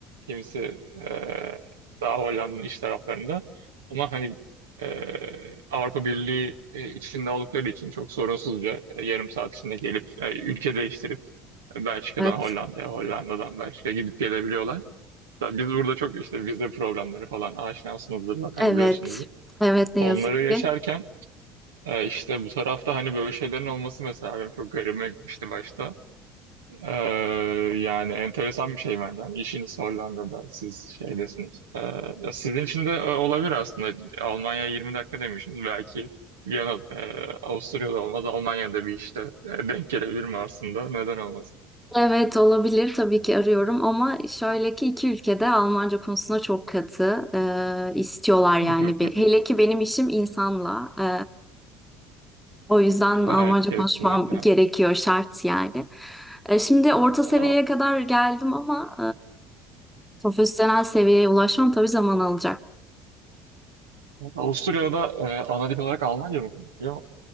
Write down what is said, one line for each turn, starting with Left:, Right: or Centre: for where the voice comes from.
Right: Kimisi e, daha Hollanda'nın iç taraflarında. Ama hani e, Avrupa Birliği e, içinde oldukları için çok sorunsuzca e, yarım saat içinde gelip e, ülke değiştirip e, Belçika'dan
Centre: evet.
Right: Hollanda'ya, Hollanda'dan Belçika'ya gidip gelebiliyorlar. Hatta biz burada çok işte vize problemleri falan aşinasınızdır zaten
Centre: Evet.
Right: biliyorsunuzdur.
Centre: Evet ne
Right: Onları
Centre: yazık
Right: yaşarken
Centre: ki.
Right: e, işte bu tarafta hani böyle şeylerin olması mesela benim çok garibime gitmişti başta. Ee, yani enteresan bir şey bence. Yani işiniz Hollanda'da, siz şeydesiniz. Ee, ya sizin için de e, olabilir aslında. Almanya 20 dakika demişsiniz. Belki Viyana, e, Avusturya'da olmaz, Almanya'da bir işte e, denk gelebilir mi aslında? Neden olmaz?
Centre: Evet olabilir tabii ki arıyorum ama şöyle ki iki ülkede Almanca konusunda çok katı e, istiyorlar yani.
Right: <laughs>
Centre: Be- Hele ki benim işim insanla e, o yüzden
Right: Evet,
Centre: Almanca
Right: kesinlikle.
Centre: konuşmam gerekiyor şart yani. E, şimdi orta seviyeye
Right: A-
Centre: kadar geldim ama e, profesyonel seviyeye ulaşmam tabii zaman alacak.
Right: Avusturya'da da e, ana dil olarak Almanca mı konuşuyor?